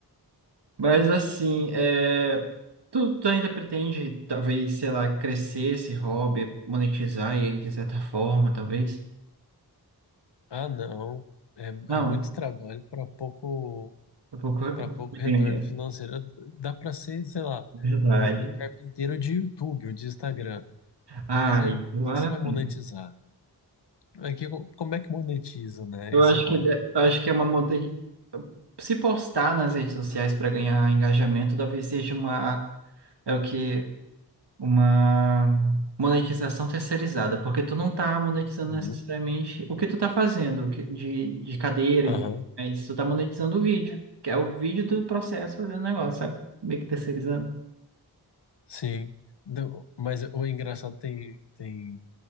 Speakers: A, on the right; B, on the left.
A: Mas assim, é... tu, tu ainda pretende, talvez, sei lá, crescer esse hobby, monetizar ele de certa forma, talvez?
B: Ah, não. É,
A: Não,
B: é muito trabalho para pouco,
A: eu pouco
B: para pouco retorno
A: dinheiro,
B: financeiro. Dá para ser, sei lá,
A: verdade.
B: um, um carpinteiro de YouTube ou de Instagram.
A: Ai,
B: Mas aí, o
A: não
B: que
A: vale
B: que você
A: a
B: vai
A: pena.
B: monetizar? É que como é que monetiza, né,
A: Eu
B: esse
A: acho
B: hobby?
A: que, eu acho que é uma monte... Se postar nas redes sociais para ganhar engajamento, talvez seja uma. É o que. uma monetização terceirizada, porque tu não tá monetizando
B: Uhum.
A: necessariamente o que tu tá fazendo o que- de, de cadeira, e,
B: Aham,
A: é isso, tu tá monetizando o vídeo, que é o vídeo do processo fazendo negócio, sabe? Meio que terceirizando.
B: sim. Não, mas o engraçado tem, tem,